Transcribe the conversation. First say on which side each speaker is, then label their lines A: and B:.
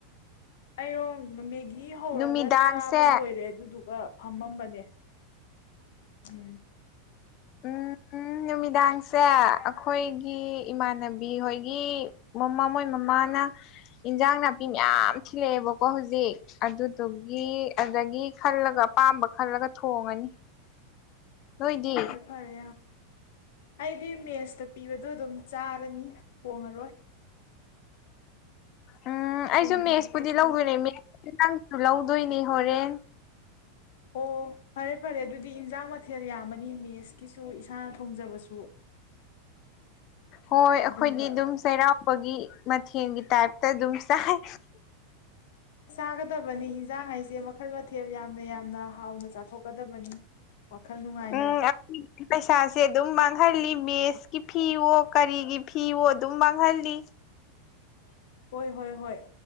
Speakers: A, on the left; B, on the left.
A: ꯑꯩꯔꯣꯝ ꯃꯦꯒꯤ ꯍꯧꯔꯒ
B: ꯅꯨꯃꯤꯗꯥꯡꯁꯦ
A: ꯆꯥꯕ ꯂꯣꯏꯔꯦ ꯑꯗꯨꯗꯨꯒ ꯐꯝꯃꯝꯕꯅꯦ ꯎꯝ
B: ꯎꯝ ꯎꯝ ꯅꯨꯃꯤꯗꯥꯡꯁꯦ ꯑꯩꯈꯣꯏꯒꯤ ꯏꯃꯥꯟꯅꯕꯤ ꯍꯣꯏꯒꯤ ꯃꯝꯃꯥ ꯃꯣꯏ ꯃꯃꯥ ꯃꯥꯅ ꯑꯦꯟꯖꯥꯡ ꯅꯥꯄꯤ ꯃꯌꯥꯝ ꯊꯤꯜꯂꯑꯦꯕꯀꯣ ꯍꯧꯖꯤꯛ ꯑꯗꯨꯗꯨꯒꯤ ꯑꯗꯒꯤ ꯈꯜꯂꯒ ꯑꯄꯥꯝꯕ ꯈꯜꯂꯒ ꯊꯣꯡꯉꯅꯤ꯫ ꯅꯣꯏꯗꯤ
A: ꯐꯔꯦ ꯐꯔꯦ ꯑꯩꯗꯤ ꯃꯦꯖꯇ ꯄꯤꯕꯗꯣ ꯑꯗꯨꯝ ꯆꯥꯔꯅꯤ ꯊꯣꯡꯉꯔꯣꯏ
B: ꯎꯝ
A: ꯊꯣꯡꯕꯤ
B: ꯑꯩꯁꯨ ꯃꯦꯖꯄꯨꯗꯤ
A: ꯈꯣꯠꯄꯤ
B: ꯂꯧꯗꯣꯏꯅꯦ <unintelligible> ꯂꯧꯗꯣꯏꯅꯦ ꯍꯣꯔꯦꯟ
A: ꯑꯣ ꯐꯔꯦ ꯐꯔꯦ ꯑꯗꯨꯗꯤ ꯑꯦꯟꯖꯥꯡ ꯃꯊꯦꯜ ꯌꯥꯝꯃꯅꯤ ꯃꯦꯖꯀꯤꯁꯨ ꯏꯁꯥꯅ ꯊꯣꯡꯖꯕꯁꯨ
B: ꯍꯣꯏ ꯑꯩꯈꯣꯏꯗꯤ
A: ꯑꯗꯨꯒ
B: ꯑꯗꯨꯝ ꯆꯩꯔꯥꯎꯕꯒꯤ ꯃꯊꯦꯜꯒꯤ ꯇꯥꯏꯞꯇ ꯑꯗꯨꯝ ꯆꯥꯏ꯫
A: ꯆꯥꯒꯗꯕꯅꯤ ꯑꯦꯟꯖꯥꯡ ꯍꯥꯏꯁꯦ ꯃꯈꯜ ꯃꯊꯦꯜ ꯌꯥꯝꯅ ꯌꯥꯝꯅ ꯍꯥꯎꯅ ꯆꯥꯊꯣꯛꯀꯗꯕꯅꯦ꯫ ꯋꯥꯈꯜ ꯅꯨꯡꯉꯥꯏꯅ
B: ꯎꯝ ꯑꯩꯈꯣꯏꯒꯤ ꯄꯩꯁꯥꯁꯦ ꯑꯗꯨꯝ ꯃꯥꯡꯍꯜꯂꯤ ꯃꯦꯖꯀꯤ ꯐꯤꯑꯣ ꯀꯔꯤꯒꯤ ꯐꯤꯋꯣ ꯑꯗꯨꯝ ꯃꯥꯡꯍꯜꯂꯤ꯫
A: ꯍꯣꯏ ꯍꯣꯏ ꯍꯣꯏ